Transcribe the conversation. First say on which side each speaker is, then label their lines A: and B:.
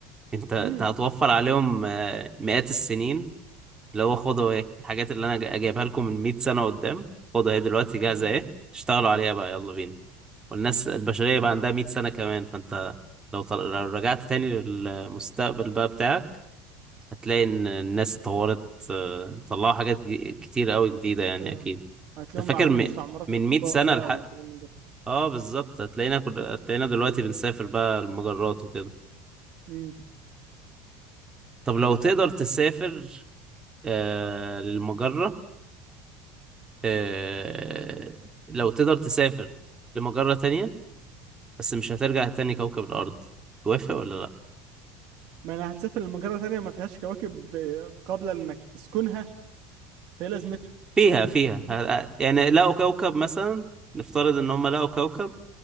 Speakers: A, on the right; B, on the right.
A: انت انت
B: امم
A: هتوفر عليهم آه، مئات السنين اللي هو خدوا ايه الحاجات اللي انا جا- جايبها لكم من 100 سنة قدام خدوا ايه دلوقتي جاهزة
B: اه
A: ايه اشتغلوا عليها بقى يلا بينا والناس البشرية
B: امم
A: بقى عندها 100 سنة كمان فأنت لو طل... لو رجعت تاني للمستقبل بقى بتاعك هتلاقي إن الناس طورت آه، طلعوا حاجات ج- كتير قوي جديدة يعني
B: اه
A: أكيد
B: هتلاقيهم
A: أنت فاكر
B: بيعملوا
A: م...
B: مستعمرات
A: من
B: في الفضاء
A: 100 سنة
B: بقى
A: لح...
B: وكلام من
A: آه بالظبط هتلاقينا كل... هتلاقينا دلوقتي بنسافر بقى المجرات وكده
B: ده
A: طب لو تقدر تسافر آه... للمجرة آه... لو تقدر تسافر لمجرة تانية بس مش هترجع تاني كوكب الأرض توافق ولا لأ؟
B: ما انا هتسافر لمجرة تانية ما فيهاش كواكب آه، قابلة لانك تسكنها فهي لازمتها
A: فيها فيها
B: فاهمني؟
A: ه- يعني لقوا كوكب مثلا نفترض ان هم لقوا كوكب